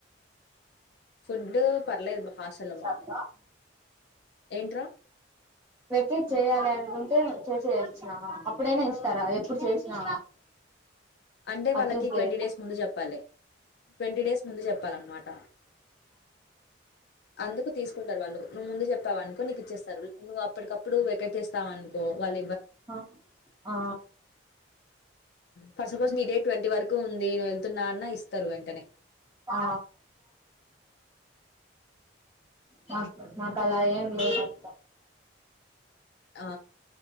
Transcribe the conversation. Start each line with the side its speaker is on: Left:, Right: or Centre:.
Left: ఫుడ్డు పర్లేదు హాస్టల్ ల బంటదీ
Right: అక్క
Left: ఏంట్రా
Right: వెకెట్ చేయ్యాలి అనుకుంటే చేసేయొచ్చున అప్పుడైనా ఇస్తారా ఎప్పుడు చేసినా.
Left: అంటే
Right: ఆ
Left: వాళ్ళకి
Right: టూ కే
Left: ట్వంటీ డేస్ ముందు చెప్పలే. ట్వంటీ డేస్ ముందు చెప్పాలన్నమాట అందుకు తీసుకుంటారు వాళ్ళు నువ్వు ముందు చెప్పావణుకో నీకు ఇచ్చేస్తారు నువ్వు అప్పటికప్పుడు వెకట్ చేస్తావనుకో వాళ్
Right: అ ఆ
Left: ఫర్ సపోజ్ నీ డేట్ ట్వంటీ వరకు ఉంది నువ్వు వెళ్తున్నా అన్న ఇస్తరు వెంటనే
Right: ఆ మాక్ మాకలా ఏం లేదు <inaudible>
Left: ఆ